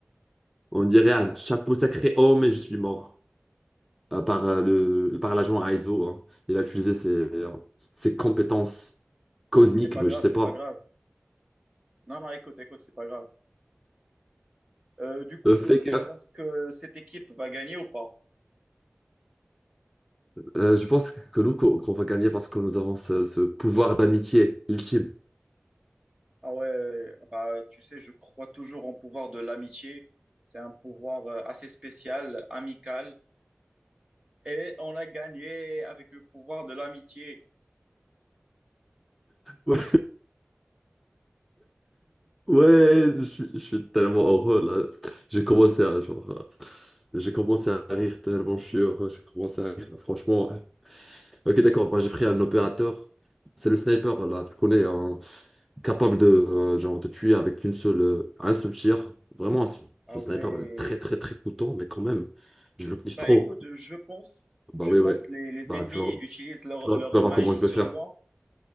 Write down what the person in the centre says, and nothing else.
On dirait un chapeau sacré. Oh, mais je suis mort. Euh, par euh, le, par l'agent Aizo. hein. Il a utilisé ses, euh, ses compétences cosmiques,
mais
je sais
pas.
Euh, fais
gaffe.
Euh, je pense que nous, qu'on qu'on va gagner parce que nous avons ce, ce pouvoir d'amitié ultime.
<laughs> Ouais, je suis, je suis tellement heureux là. J'ai commencé à genre, euh, j'ai commencé à rire tellement je suis heureux. J'ai commencé à rire. Franchement, ouais. ok, d'accord. Moi, j'ai pris un opérateur. C'est le sniper là. Tu connais, hein, capable de euh, genre de tuer avec une seule, euh, un seul tir. Vraiment, ce,
ce
sniper il est très très très coûteux, mais quand même, je le kiffe
trop.
Bah
oui,
ouais.
Bah
tu vas,
tu vas,
tu vas voir
comment je
vais faire.